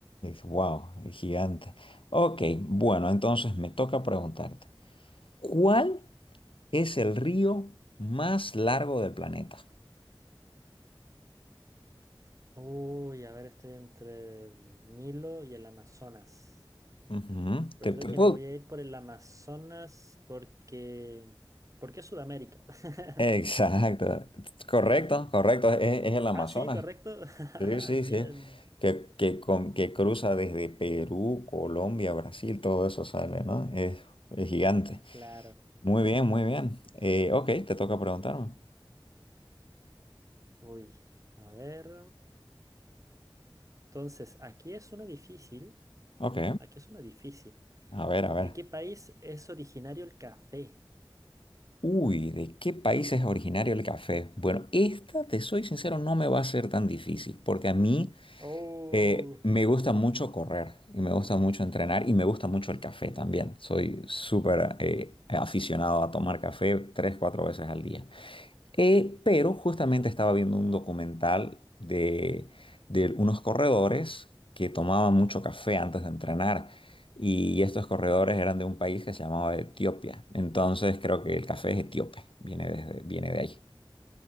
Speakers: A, on the left; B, on the right.
A: wow, gigante. Ok, bueno, entonces me toca preguntarte, ¿cuál es el río más largo del planeta?
B: Uy, a ver, estoy entre el Nilo y el Amazonas,
A: Ujú,
B: pero
A: Te,
B: creo
A: te
B: que
A: puedo-
B: me voy a ir por el Amazonas porque... porque es Sudamérica. <laughs>
A: Exacto. Correcto, correcto. Es, es el Amazonas.
B: Ah, sí, correcto. <laughs>
A: Sí, sí,
B: Bien,
A: sí. Que, que, con- que cruza desde Perú, Colombia, Brasil, todo eso sale, ¿no? Es, es gigante.
B: claro.
A: Muy bien, muy bien. Eh, ok, te toca preguntarme.
B: Uy, a ver. Entonces, aquí es una difícil.
A: Ok,
B: Aquí es una difícil.
A: a ver, a ver.
B: ¿De qué país es originario el café?
A: Uy, ¿de qué país es originario el café? Bueno, esta, te soy sincero, no me va a ser tan difícil, porque a mí
B: Oh,
A: eh, me gusta mucho correr y me gusta mucho entrenar y me gusta mucho el café también. Soy súper eh, aficionado a tomar café tres, cuatro veces al día. Eh, pero justamente estaba viendo un documental de, de unos corredores que tomaban mucho café antes de entrenar. Y estos corredores eran de un país que se llamaba Etiopía. Entonces creo que el café es etíope, viene desde- viene de ahí.